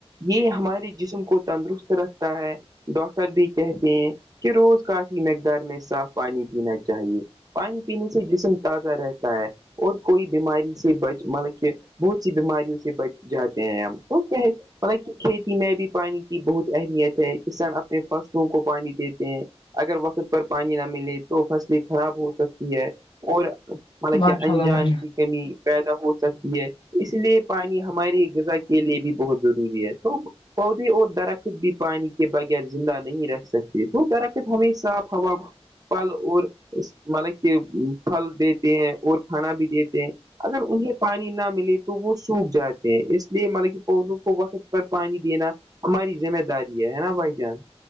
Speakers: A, on the right; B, on the left.
A: یہ ہمارے جسم کو تندرست رکھتا ہے ڈاکٹر بھی کہتے ہیں کہ روز کافی مقدار میں صاف پانی پینا چاہیے پانی پینے سے جسم تازہ رہتا ہے اور کوئی بیماری سے بچ مطلب کہ بہت سی بیماریوں سے بچ جاتے ہیں ہم کیا مطلب کہ کھیتی میں بھی پانی کی بہت اہمیت ہے کسان اپنے فصلوں کو پانی دیتے ہیں اگر وقت پر پانی نہ ملے تو فصلیں خراب ہو سکتی اور مطلب
B: ماشاء
A: کہ انجان
B: اللہ بھائی جان
A: کی کمی <unintelligible> پیدا ہو سکتی ہے اس لیے پانی ہماری غذا کے لیے بھی بہت ضروری ہے تو پودے اور درخت بھی پانی کے بغیر زندہ نہیں رہ سکتے وہ کررق تو ہمی صاف ہوا <unintelligible> پھل اور مانک کے پھل دیتے ہیں اور کھانا بھی دیتے ہیں اگر انہیں پانی نہ ملے تو وہ سوکھ جاتے ہیں اس لیے مطلب کہ پودوں کو وقت پر پانی دینا ہماری ذمہ داری ہے ہے نا بھائی جان